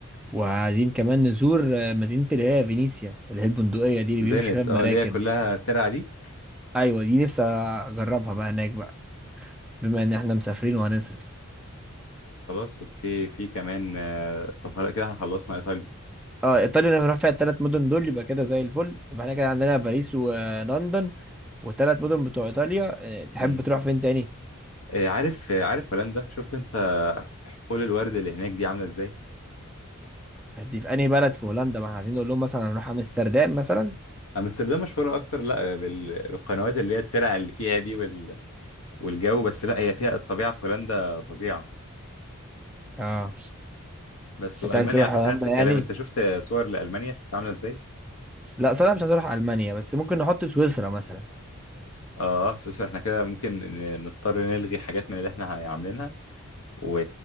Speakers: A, in the centre; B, on the left (about 70°).
A: وعايزين كمان نزور آه، مدينة اللي هي فينيسيا اللي هي البندقية دي اللي بيمشي
B: فينيس
A: فيها بمراكب
B: اه اللي هي كلها
A: دي
B: ترع دي
A: أيوة دي نفسي أجربها بقى هناك بقى بما إن إحنا مسافرين وهنصرف
B: خلاص اوكي في كمان آه، طب خلاص كده احنا خلصنا ايطاليا
A: اه ايطاليا اللي هنروح فيها التلات مدن دول يبقى كده زي الفل يبقى احنا كده عندنا باريس ولندن والتلات مدن بتوع ايطاليا آه، تحب
B: مم.
A: تروح فين تاني؟
B: آه، عارف آه، عارف هولندا شفت انت حقول الورد اللي هناك دي عامله ازاي
A: هدي في انهي بلد في هولندا ما احنا عايزين نقول لهم مثلا هنروح امستردام مثلا
B: امستردام مشهوره اكتر لا بال- بالقنوات اللي هي الترع اللي فيها دي وال... والجو بس لا هي فيها الطبيعه في هولندا فظيعه
A: اه
B: بس والمانيا
A: انت عايز تروح
B: على
A: هولندا
B: فكره نفس الكلام
A: يعني
B: انت شفت صور لالمانيا شفت عامله ازاي
A: لا صراحة مش عايز اروح المانيا بس ممكن نحط سويسرا مثلا
B: اه بس احنا كده ممكن ن- نضطر نلغي حاجات من اللي احنا عاملينها و...